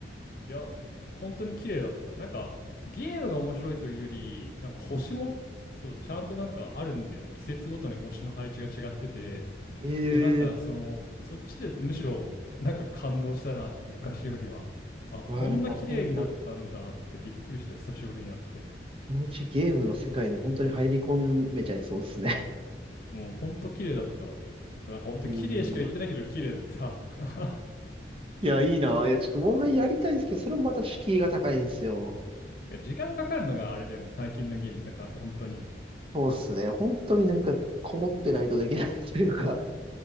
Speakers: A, on the left; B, on the right.
A: いや、本当に綺麗だった。なんかゲームが面白いというより、なんか星も、そう、ちゃんとなんかあるんだよね。季節ごとに星の配置が違ってて、
B: ええ
A: で、なんか、その、そっちでむしろ、なんか感動したな、昔よりは。あ、こんな綺麗になったんだってびっくりした、
B: ーわあ、なんか本当
A: 久しぶりにやって。
B: このうちゲームの世界に本当に入り込めちゃいそうですね。
A: もうほんと綺麗だった。なんかほんと綺麗しか言ってないけど綺麗だった。
B: <laughs> えー
A: <laughs>
B: いや、いいな。いや、ちょっともう一回やりたいんですけど、それもまた敷居が高いんですよ。
A: てか時間かかるのがあれだよね、最近のゲーム、なんか本当に。
B: そうっすね。本当になんか、こもってないとできない <laughs> というか、